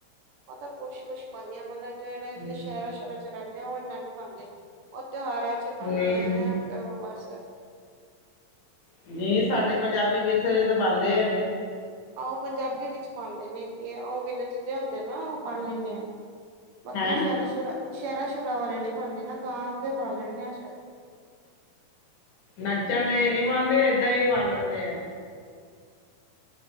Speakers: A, on the right; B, on the left.
A: ਉਹ ਤਾਂ ਕੁੱਛ ਕੁੱਛ ਪਾਦੀ ਆਂ ਮਤਲਬ ਜਿਹੜੇ ਇਥ
B: ਹਮ,
A: ਸ਼ਹਿਰਾਂ ਸ਼ੁਹਰਾ ਚ ਰੈਂਦੇ ਆ ਉਹ ਇੰਨਾ ਨੀ ਪਾਂਦੇ ਉਹ ਤਿਉਹਾਰਾਂ ਚ ਪਾਨੇਂ
B: ਨਹੀਂ
A: ਆ ਓਹ ਬਸ
B: ਨੀ ਸਾਡੇ ਪੰਜਾਬੀ ਵਿਰਸੇ ਤਾਂ ਪਾਂਦੇ ਹੈਗੇ
A: ਆਹ ਉਹ ਪੰਜਾਬੀ ਵਿੱਚ ਪਾਂਦੇ ਨੇ ਕਿ ਉਹ ਵਿਲੇਜ ਦੇ ਹੁੰਦੇ ਨਾ ਉਹ ਪਾਲਨੇ ਆ ਬਾਕੀ
B: ਹੈਂ
A: ਸ਼ਹਿਰਾਂ ਸ਼ੁਰਾ ਸ਼ਹਿਰਾਂ ਸ਼ੁਰਾਂ ਵਾਰੇ ਨੀ ਪਾਂਨਦੇ ਨਾ ਗਾਂਹ ਦੇ ਪਾ ਲੈਨਦੇ ਆ ਸ਼ਹਿਰ
B: ਨੱਚਨ ਲਈ ਨਹੀਂ ਪਾਂਨਦੇ ਏਦਾਂ ਹੀ ਪਾ ਲੈਂਦੇ ਆ